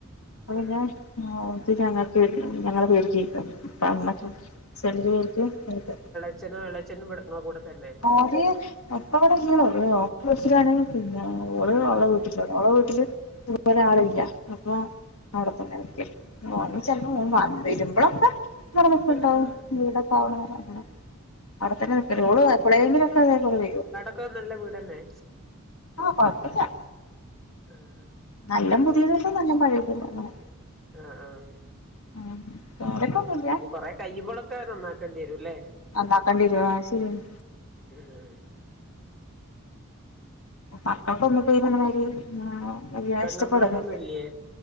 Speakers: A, on the left (about 80°); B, in the centre.
A: അപ്പ പിന്നെ
B: ആഹ്
A: ഉം ഇത് ഞങ്ങ വീട് ഞങ്ങളെ പേര്ക്ക് എഴുതി തന്ന് <unintelligible> ചെലര് <unintelligible>
B: ച്ഛനോ എളച്ഛനും ഇവടെ ഇങ്ങളെ കൂടെ തന്നെ.
A: ഓര് ഇപ്പവിടെ ഇല്ലാ ഓല് <unintelligible> പിന്നെ ഓള്
B: ആഹ്
A: ഓളെ വീട്ട് <unintelligible> ഓളെ വീട്ടില് ഇതു പോലെ ആളില്ലാ. അപ്പൊ അവടെത്തെന്നെ നിക്കല് ചെലപ്പോ
B: ആഹ്
A: ഓൻ വൻ വെരുമ്പളൊക്കെ നിക്ക്ണ്ടാവും
B: ആഹ് ആഹ്
A: വീടൊക്കെ ആവണ വെരെ അങ്ങനെ അവടെത്തെന്നെ നിക്കല് ഓള് എപ്പേളെങ്കിലൊക്കെ ഇതെ പോലെ വെരും
B: ഒക്കെ നല്ല വീടല്ലെ
A: ആ കൊഴപ്പില്ല്യ
B: ആഹ്
A: നല്ല പുതിയതുല്ല നല്ലം പയയെതുല്ല അങ്ങനെ
B: ആഹ് ആഹ്
A: ആഹ് <inaudible>
B: ഇനി കൊറെ കഴിയുമ്പോളൊക്കെ നന്നാക്കേണ്ടി വരുല്ലേ
A: നന്നാക്കണ്ടിരു ആ ശരി ആണ്.
B: ഉം
A: മക്കൾക്ക് ഒന്ന് ഈ പറഞ്ഞ മാതിരി ആ വല്ലാതെ
B: പെങ്ങന്മാരൊന്നുംല്ലേ
A: ഇഷ്ടപ്പെടുന്നില്ല